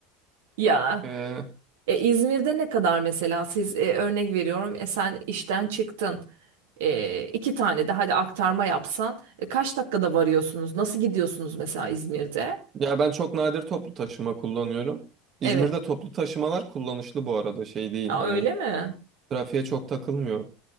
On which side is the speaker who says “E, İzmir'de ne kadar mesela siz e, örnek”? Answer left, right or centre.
Right